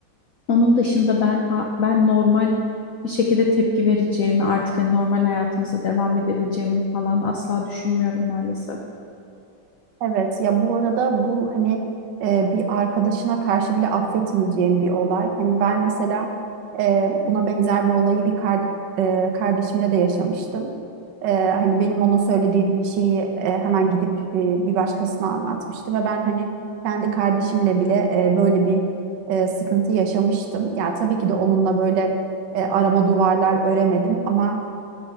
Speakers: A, on the left; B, on the right.
A: Onun dışında ben ha, ben normal bir şekilde tepki vereceğimi artık hani normal hayatımıza devam edebileceğimi falan asla düşünmüyorum maalesef.
B: Evet ya bu arada bu hani e, bir arkadaşına karşı bile affetmeyeceğim bir olay. Hani ben mesela e, buna benzer bir olayı bir kar- e, kardeşimle de yaşamıştım. E, hani benim ona söylediğim bir şeyi e, hemen gidip e, bir başkasına anlatmıştı ve ben hani kendi kardeşimle bile e, böyle bir e, sıkıntı yaşamıştım. Ya tabii ki de onunla böyle e, arama duvarlar öremedim ama